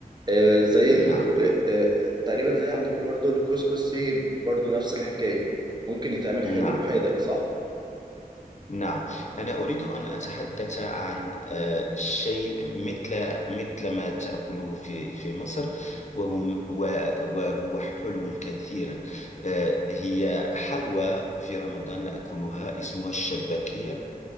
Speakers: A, on the right (about 30°); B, on the left (about 50°).
A: آه، زي ال...
B: نعم
A: آه، آه، تقريبا زي عندكم برضو الكسكسي برضو نفس الحكاية ممكن يتعمل حلو
B: نعم
A: وحادق صح؟
B: نعم أنا أريد أن أتحدث عن آه، شيء مثل مثل ما تأكله في في مصر وهم و- وهو حلو كثيرا آه، هي حلوى في رمضان نأكلها اسمها الشباكية